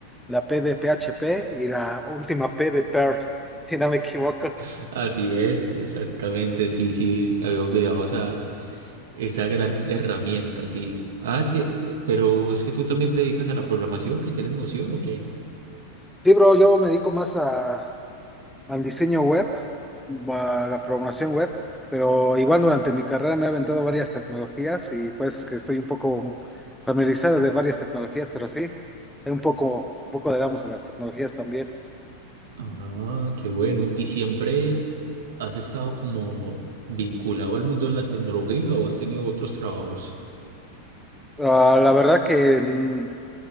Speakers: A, in the centre; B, on the right.
A: la P de PHP y la última P de Perl, <laughs> si no me equivoco.
B: <laughs> Así es, exactamente. Sí, sí, había olvidado esa, esa gran herramienta, sí. Ah, es que, eh, pero es que tú también te dedicas a la programación, que tienes noción o qué.
A: Sí, bro, yo me dedico más a, al diseño web, a la programación web, pero igual durante mi carrera me he aventado varias tecnologías y por eso es que estoy un poco familiarizado de varias tecnologías, pero sí, es un poco, un poco le damos a las tecnologías también.
B: Ah, qué bueno. ¿Y siempre has estado como vinculado al mundo de la tecnología o has tenido otros trabajos?
A: Ah, la verdad que, mm,